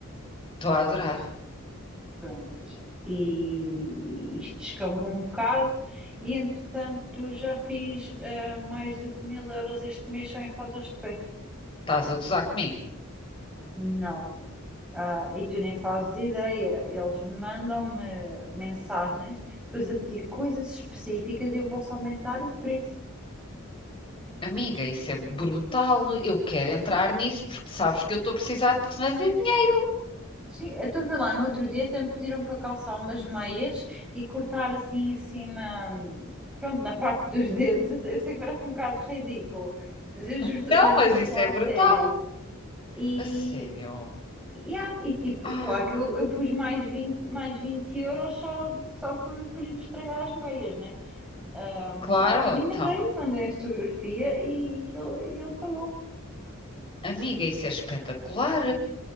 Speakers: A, on the left; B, in the centre.
A: estou a adorar,
B: Pronto. E isto descambou um bocado. E entretanto, já fiz ah, mais do que mil euros este mês só em fotos de pés.
A: estás a gozar comigo.
B: Não. Ah, e tu nem fazes ideia, eles mandam-me mensagens, depois a pedir coisas específicas e eu posso aumentar o preço.
A: Amiga, isso é brutal, eu quero entrar nisso porque sabes que eu estou a precisar de fazer dinheiro.
B: Sim, eu estou a ver lá, no outro dia até me pediram para calçar umas meias e cortar assim em cima, hum, pronto, na parte dos dedos. Eu sei, eu sei que parece um bocado ridículo, mas eu juro,
A: Não,
B: eu juro,
A: mas
B: estou
A: isso
B: a falar
A: é
B: a
A: brutal,
B: sério. E,
A: a sério.
B: e, há- e, tipo,
A: Ah.
B: claro que eu, eu pus mais 20 mais 20 euros só, só por, por ir me estragar as meias, né? Ahm,
A: Claro,
B: e
A: então.
B: mandei, mandei a fotografia e ele, e ele pagou.
A: Amiga, isso é espetacular.